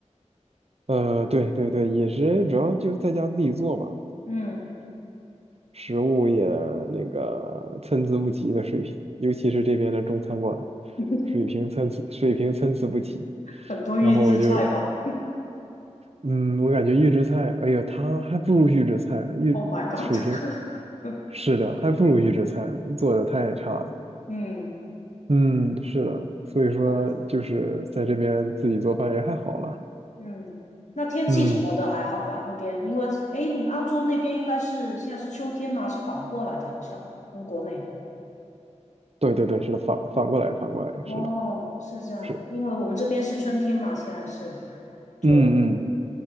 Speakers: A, on the right; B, on the left.
A: 呃，对对对，也是，主要就是在家自己做嘛，
B: 嗯，
A: 食物也那个参差不齐的水平，尤其是这边的中餐馆，
B: <laughs>
A: 水平参差水平参差不齐。
B: 很多预制菜吧。
A: 然后我就，嗯，我感觉预制菜，哎呀，它还不如预制菜呢，预水平，
B: Oh my god！<laughs>
A: 是的，还不如预制菜呢，做的太差了。
B: 嗯，
A: 嗯，是的，所以说就是在这边自己做饭也还好啦。
B: 哦，嗯，那天气什么的还好吧？
A: 嗯，
B: 那边，因为，哎，诶你们澳洲那边应该是现在是秋天嘛，是反过来的，好像跟国内。
A: 对对对，是的，反反过来，反过来，
B: 哦，
A: 是的，
B: 是这样，
A: 是，
B: 因为我们这边是春天嘛，现在是。就。
A: 嗯嗯，